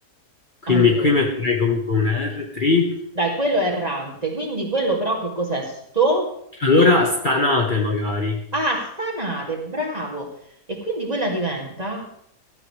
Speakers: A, on the left; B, on the right.
A: Quindi
B: Allora.
A: qui metterei comunque un R3.
B: Dai, quello è errante, quindi quello però che cos'è? Sto?
A: Allora, stanate magari.
B: Ah, stanate, bravo! E quindi quella diventa